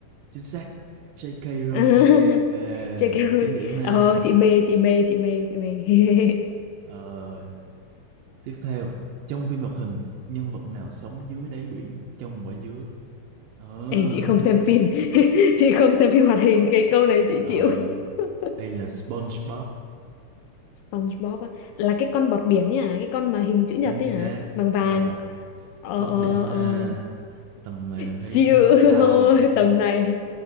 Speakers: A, on the right; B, on the left.
A: Chính xác, J.K. Rowling.
B: <laughs>
A: Ok,
B: JK Rowling
A: 9 điểm ha.
B: ờ chị mê chị mê chị mê chị mê <laughs>
A: Rồi, Tiếp theo, trong phim hoạt hình, nhân vật nào sống dưới đáy biển trong quả dứa? Ờ.
B: Ê, chị
A: <laughs>
B: không xem phim <laughs> chị không xem phim hoạt hình cái câu này chị
A: Rồi,
B: chịu <laughs>
A: đây là SpongeBob,
B: SpongeBob á. là cái con bọt biển ấy hả cái con mà hình chữ nhật
A: chính
B: ấy
A: xác.
B: hả vàng vàng
A: Rồi,
B: ờ
A: mất
B: ờ
A: điểm
B: ờ
A: ha. Tầm này là thấy
B: chịu <laughs>
A: out
B: thôi
A: rồi đó.
B: tầm này